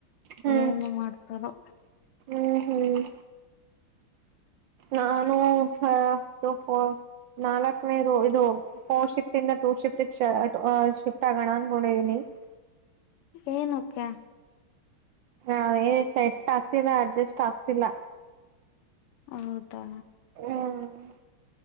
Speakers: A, on the right; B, on the left.
A: ಹ್ಮ್
B: ಏನ್ ಮಾಡ್ತಾರೋ.
A: ಹ್ಮ್ ಹ್ಮ್ ನಾನು ಹಾ ಹೊ ಹೊ ನಾಲ್ಕನೇ ರು ಇದು. <unintelligible>
B: ಏನುಕ್ಕೆ.
A: ಹಾ ಹೇ ಸೆಟ್ ಆಗ್ತಿಲ್ಲ ಅಡ್ಜಸ್ಟ್ ಆಗ್ತಿಲ್ಲ.
B: ಹೌದಾ.
A: ಹ್ಮ್